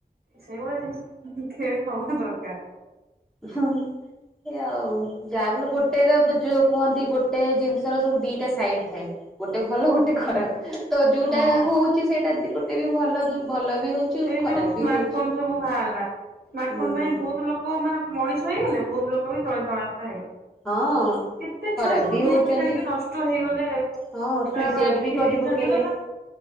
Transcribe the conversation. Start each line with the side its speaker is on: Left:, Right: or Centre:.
Right: ସେଇଭଳିଆ ଜିନିଷ ଖଡ ହବା ଦରକାର।
Centre: ହୁଁ ହୁଁ ସେଇଆ ଆଉ। ଯାହା ବି ହେଲେ ଗୋଟେ ର ଯୋଉ କୁହନ୍ତି ଗୋଟେ ଜିନିଷ ର ସବୁ ଦିଟା ସାଇଡ ଥାଏ ଗୋଟେ ଭଲ ଗୋଟେ ଗୋଟେ ଖରାପ
Right: ହୁଁ।
Centre: ତ ଯୋଉଟା
Right: ହଁ
Centre: ହଉଛି ସେଇଟାଦି ଗୋଟେ ବି ଭଲ ଭଲ ବି ହଉଛି।
Right: ଏ
Centre: ଖରାପ
Right: ଯୋଉ ସ୍ମାର୍ଟ
Centre: ବି ହଉଛି
Right: ଫୋନ ସବୁ ବାହାରିଲା ସ୍ମାର୍ଟ
Centre: ହୁଁ
Right: ଫୋନ ପାଇଁ ବହୁତ ଲୋକ ଲୋକ ମାନେ ମଣିଷ ହେଇଗଲେ ବହୁତ ଲୋକ ବି ତଳି ତଳାନ୍ତ ହେଇଗଲେ।
Centre: ହଁ।
Right: କେତେ
Centre: ଖରାପ
Right: ଛୁଆ ସବୁ
Centre: ବି
Right: ଗେମ୍
Centre: ହଉଛନ୍ତି
Right: ଖେଳିକି ନଷ୍ଟ ହେଇଗଲେ। କାହାର
Centre: ହଁ। ସୁଇସାଇଡ
Right: ଆଖି
Centre: ବି କରି ପକେଇଲେ।
Right: ଚାଲିଗଲା।